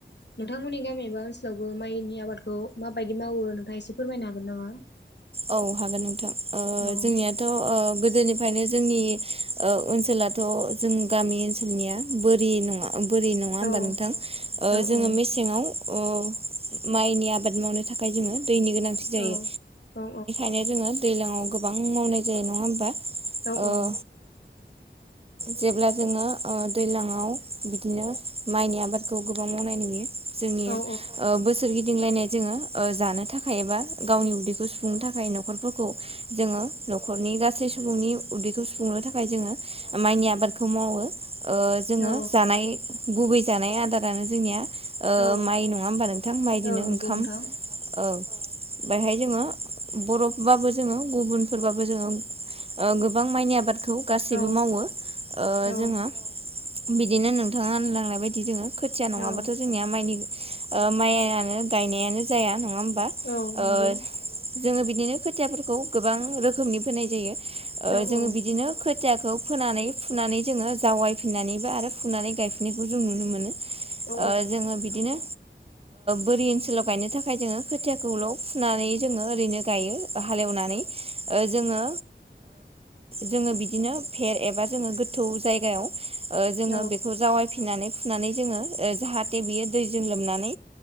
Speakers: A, on the left; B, on the right.
A: नोंथांमोननि गामि एबा ओनसोलावबो माइनि आबादखौ माबायदि मावो नोंथाङा एसे फोरमायनो हागोन नामा
B: औ हागोन नोंथां
A: औ
B: जोंनिया थ' गोदोनिफ्रायनो जोंनि ओनसोलाथ' जों गामि ओनसोलनिया बोरि नङा बोरि नङा होमबा
A: औ
B: नोंथां
A: औ
B: जोङो
A: औ
B: मेसेङाव अ माइनि आबाद मावनो थाखाय जोङो दैनि गोनांथि जायो
A: औ औ
B: बिदिनो जोङो दैज्लाङाव गोबां मावनाय जायो नङा होमबा
A: औ
B: ओ
A: औ
B: जेब्ला जोङो दैलाङाव बिदिनो माइनि आबादखौ गोबां मावनाय नुयो जोंनि
A: औ
B: बोसोर गिदिंलायनाय जोङो जानो थाखाय एबा गावनि उदैखौ सुफुंनो थाखाय न'खरफोरखौ जोङो न'खरनि गासै सुबुंनि उदैखौ सुफुंनो थाखाय जोङो माइनि आबादखौ मावो जोङो
A: औ
B: जानाय गुबै जानाय आदारानो जोंनिया
A: औ
B: माइ नङा होमबा नोंथां माइदोनो
A: औ नंगौ
B: ओंखाम
A: नोंथां
B: औ बेहाय जोङो बर'फोरबाबो जोङो गुबुनफोरबाबो जोङो गोबां माइनि आबादखौ गासैबो
A: औ
B: मावो
A: औ
B: जोङो बिदिनो नोंथाङा होनलांनाय बायदि जोङो खोथिया नङाबाथ'
A: औ
B: जोंनिया माइनि माइआनो गायनायानो जाया नङा होमबा जोङो
A: औ नंगौ
B: बिदिनो खोथियाफोरखौ गोबां रोखोमनि फोनाय जायो
A: औ
B: जोङो
A: औ
B: बिदिनो खोथियाखौ फोनानै फुनानै जोङो जावायफिननानैबो आरो फुनानै गायफिननायखौ जों नुनो मोनो
A: औ
B: जोङो बिदिनो बोरि ओनसोलाव गायनो थाखाय जोङो खोथियाखौल' फुनानै जोङो ओरैनो गायो हालेवनानै जोङो जोङो बिदिनो भेर एबा जोङो गोथौ जायगायाव जोङो
A: औ
B: बेखौ जावायफिननानै फुनानै जोङो जाहा थे बियो दैजों लोमनानै